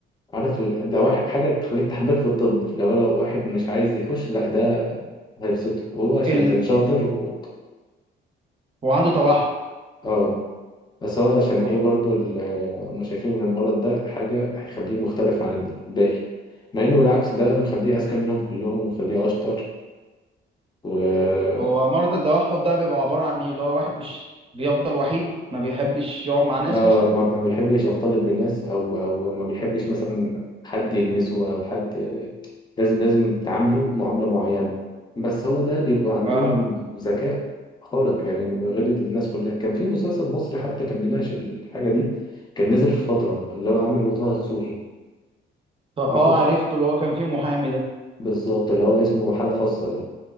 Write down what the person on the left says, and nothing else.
عارف ال- ده واحد حاجة تخليك تحبك في الطب لو لو واحد مش عايز يخش لا ده هيبسطه وهو عشان
كان شاطر و...
اه بس هو عشان إيه
برضو ال- هم شايفين إن المرض ده حاجة هيخليه مختلف عن الباقي مع إنه بالعكس ده مخليه أذكى منهم كلهم ومخليه أشطر و
اه
ما ما بيحبش يختلط بالناس او او ما بيحبش مثلا حد يلمسه او حد لازم لازم تعامله معاملة معينة بس هو ده بيبقى عندهم
ذكاء خارق يعني غير الناس كلها كان في مسلسل مصري حتى كان بيناقش الحاجة دي كان نزل في فترة اللي هو عامله طه دسوقي
عارفه
ك-
بالظبط اللي هو اسمه حالة خاصة ده